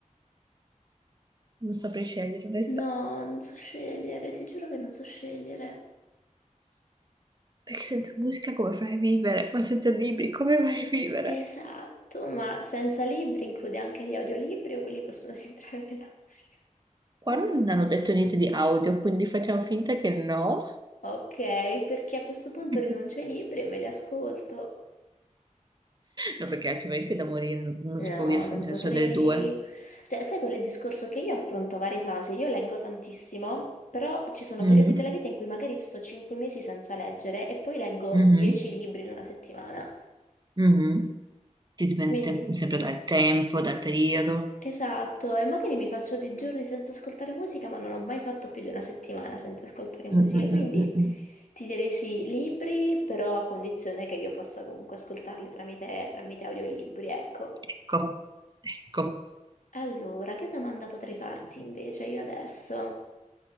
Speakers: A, on the right; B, on the left.
A: Non saprei scegliere, onesta.
B: no, non so scegliere, ti giuro che non so scegliere.
A: Perché senza musica come fai a vivere? Ma senza libri come fai a vivere?
B: Esatto, ma senza libri include anche gli audiolibri o quelli possono <laughs> rientrare nella musica?
A: Qua non hanno detto niente di audio, quindi facciamo finta che no.
B: Ok, perché a questo punto
A: <laughs>
B: rinuncio ai libri e me li ascolto.
A: No, perché altrimenti è da morire, non non
B: No,
A: si può dire senza
B: non potrei.
A: senso delle due.
B: Cioè, sai quel discorso che io affronto varie fasi? Io leggo tantissimo, però ci sono
A: Mm,
B: periodi della vita in cui magari sto 5 mesi senza leggere e poi leggo
A: mhm,
B: 10 libri in una settimana.
A: mhm. Sì, dipende
B: Quindi,
A: tem- sempre dal tempo, dal periodo.
B: esatto, e magari mi faccio dei giorni senza ascoltare musica, ma non ho mai fatto più di una settimana senza ascoltare musica,
A: Mm, mm,
B: quindi
A: mm, mm, mm.
B: ti direi sì, libri, però a condizione che io possa comunque ascoltarli tramite, tramite audiolibri, ecco.
A: Ecco, ecco.
B: Allora, che domanda potrei farti invece io adesso?